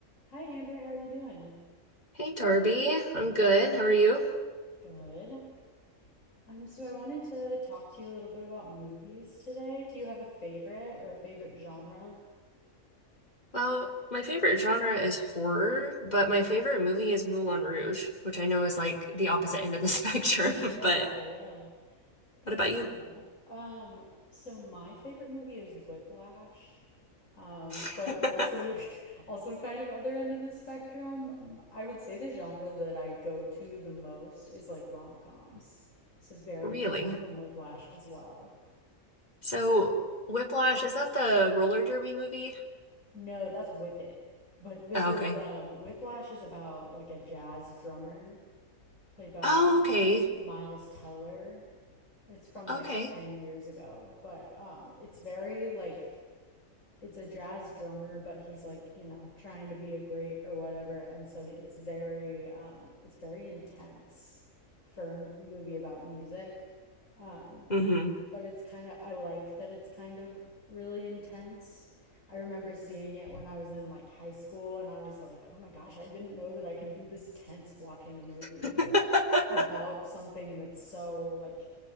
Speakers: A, on the left; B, on the left.
A: Hi, Amber. How are you doing?
B: Hey Darby, I'm good. How are you?
A: Good. Um, so I wanted to talk to you a little bit about movies today. Do you have a favorite or a favorite genre? <laughs>
B: Well, my favorite genre is horror, but my favorite movie is Moulin Rouge, which I know is like the opposite end of the <laughs> spectrum,
A: Yeah,
B: but
A: yeah. That's
B: what about
A: cool.
B: you?
A: Um, so my favorite movie is Whiplash, um,
B: <laughs>
A: but also <laughs> also kind of other end of the spectrum. Um, I would say the genre that I go to the most is like rom-coms. So very
B: Really?
A: different from Whiplash as well.
B: So, Whiplash, is that the roller derby movie?
A: No, that's Whip It. But this
B: Oh,
A: is
B: okay.
A: um Whiplash is about like a jazz drummer played by
B: Oh,
A: M-
B: okay.
A: Miles Teller. It's from like
B: Okay.
A: 10 years ago, but um it's very like it's a jazz drummer, but he's like, you know, trying to be a great or whatever, and so it's very um it's very intense for a movie about music. Um
B: hmm
A: but it's kind of I like that it's kind of really intense. I remember seeing it when I was in like high school and I was like, "Oh my gosh, I didn't know that I could be this tense watching a movie
B: <laughs>
A: like about something that's so like,